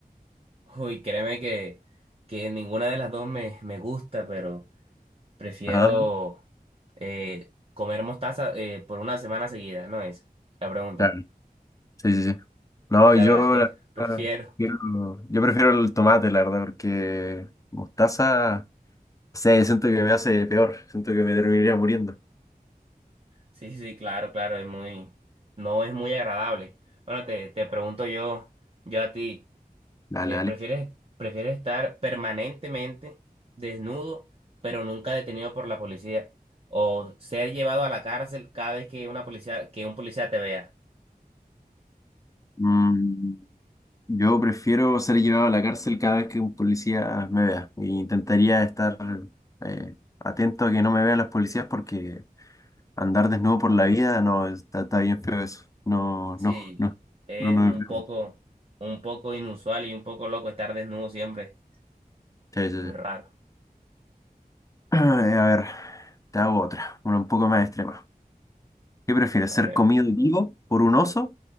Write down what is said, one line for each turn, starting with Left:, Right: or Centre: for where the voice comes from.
Right: Uy, créeme que, que ninguna de las dos me, me gusta, pero prefiero
Left: Ajá,
Right: eh, comer mostaza eh, por una semana seguida, ¿no es? La pregunta.
Left: claro. Sí, sí, sí. No,
Right: La
Left: yo,
Right: verdad es que
Left: la
Right: <laughs> prefiero.
Left: verdad, prefiero- yo prefiero el tomate, la verdad, porque mostaza, no sé, siento que me hace peor, siento que me terminaría muriendo.
Right: Sí, sí, claro, claro, es muy, no es muy agradable. Bueno, te, te pregunto yo, yo a ti.
Left: Dale,
Right: Eh,
Left: dale.
Right: prefieres, prefieres estar permanentemente desnudo, pero nunca detenido por la policía, o ser llevado a la cárcel cada vez que una policía, que un policía te vea.
Left: Mm, yo prefiero ser llevado a la cárcel cada vez que un policía me vea. E intentaría estar eh, atento a que no me vean los policías porque Andar desnudo por la vida, no, está, está bien feo eso. No,
Right: Sí,
Left: no, no,
Right: es
Left: no, no
Right: un
Left: me pregunto.
Right: poco, un poco inusual y un poco loco estar desnudo siempre.
Left: Sí, sí,
Right: Muy
Left: sí.
Right: raro.
Left: <clears throat> Eh, A ver, te hago otra, una un poco más extrema. ¿Qué prefieres,
Right: A
Left: ser
Right: ver.
Left: comido vivo por un oso